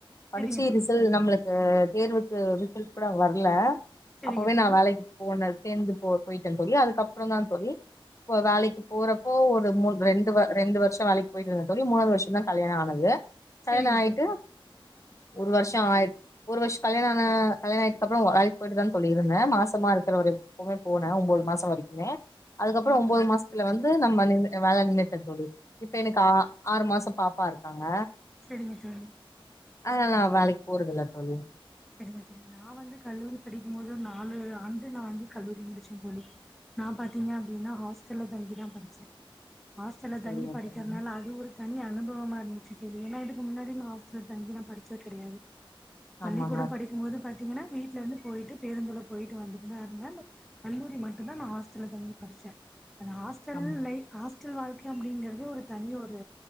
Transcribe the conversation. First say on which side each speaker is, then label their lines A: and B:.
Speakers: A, on the left (about 35°); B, in the centre.
A: படிச்சு
B: செரிங்க தோழி
A: ரிசல்ட்
B: செரிங்க
A: நம்மளுக்
B: தோழி
A: தேர்வுக்கு ரிசல்ட் கூட வரல
B: செரிங்க
A: அப்பவே
B: தோழி
A: நா வேலைக்கு போன சேர்ந்து போ போய்ட்ட தோழி அதுக்கப்பறம்தா தோழி இப்ப வேலைக்கு போறப்போ ஒரு மூன் ரெண்டு வ ரெண்டு வருஷ வேலைக்கு போய்ட்டு இருந்த தோழி மூணாவது வருஷதா கல்யாண ஆனது கல்யாண
B: செரிங்க
A: ஆய்ட்டு
B: தோழி
A: ஒரு வருஷ ஆ ஒரு வருஷ கல்யாண ஆன கல்யாணஆயிட்டதுக் அப்ற வேலைக்கு போய்ட்டுதா இருந்த மாசமா இருக்குற வரைக்கு அப்பவே போன ஒன்பது மாச வரைக்குமே அதுக்கப்பற
B: செரிங்க
A: ஒன்பது
B: தோழி
A: மாசத்துல வந்து நம்ம வேலை நின் ன்னுட்ட தோழி இப்ப எனக்கு ஆ ஆறு மாச பாப்பா இருக்காங்க
B: செரிங்க தோழி
A: அதல்லா வேலைக்கு போறதில்ல தோழி
B: செரிங்க தோழி நா வந்து கல்லூரி படிக்கு போது நாலு ஆண்டு நா வந்து கல்லூரி முடிச்ச தோழி நா பாத்தீங்க அப்டினா ஹாஸ்டல்ல தங்கிதா படிச்ச ஹாஸ்டல்ல
A: சரிங்க
B: தங்கி படிக்கிறனால
A: தோழி
B: அது ஒரு தனி அனுபவமா இருந்துச்சு தோழி ஏன்னா இதுக்கு முன்னாடி நா ஆஸ்டல் தங்கிலா படிச்சது கெடையாது பள்ளிக்கூட
A: ஆமாங்க
B: படிக்குபோது பாத்தீங்கனா வீட்ல இருந்து போய்ட்டு பேருந்துல போய்ட்டு வந்துட்டுந்தா இருந்த கல்லூரி மட்டு தா நா ஹாஸ்டல்ல தங்கி படிச்சே நா ஹாஸ்டல்
A: ஆமா
B: லைஃப் ஹா ஸ்டல் வாழ்க்கை அப்டிங்கறது ஒரு தனி ஒரு